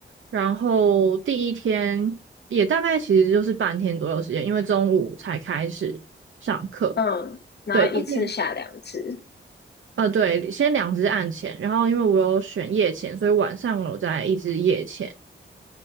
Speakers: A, on the right; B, on the left.
A: 然后第一天也大概其实就是半天左右时间，因为中午才开始上课。
B: 嗯，然后一次下两次。
A: 对，但是呃，对，先两支暗前，然后因为我有选夜前，所以晚上我有在一支夜前。